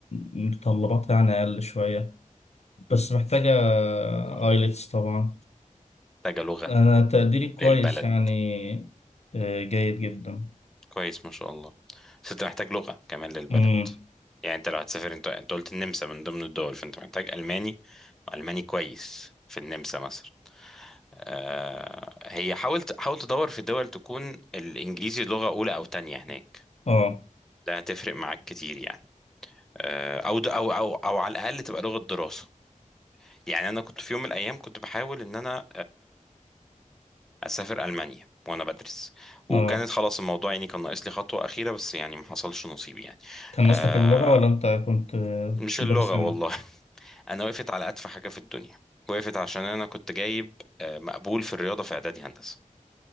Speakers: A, on the left; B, in the centre.
A: متطلباتها يعني أقل شوية بس محتاجة
B: صح
A: آيلتس طبعا
B: محتاجه لغه
A: أنا تقديري كويس
B: للبلد
A: يعني آه، جيد جدا
B: كويس ما شاء الله بس انت محتاج لغة كمان للبلد
A: امم
B: يعني انت لو هتسافر انت انت قلت النمسا من ضمن الدول فانت محتاج ألماني ألماني كويس في النمسا مثلا آه هي حاولت حاول تدور في دول تكون الإنجليزي لغة أولى أو تانية هناك
A: اه
B: ده هتفرق معاك كتير يعني آه أو د- أو أو أو على الأقل تبقى لغة دراسة يعني أنا كنت في يوم من الأيام كنت بحاول إن أنا اسافر المانيا وانا بدرس وكانت
A: اه
B: خلاص الموضوع يعني كان ناقص لي خطوه اخيره بس يعني ما حصلش نصيب يعني
A: كان
B: آه
A: أصلك اللغة ولا أنت كنت آه،
B: مش
A: مدرس
B: اللغه
A: أجنبي؟
B: والله <laughs> انا وقفت على اتفه حاجه في الدنيا وقفت عشان انا كنت جايب آه مقبول في الرياضه في اعدادي هندسه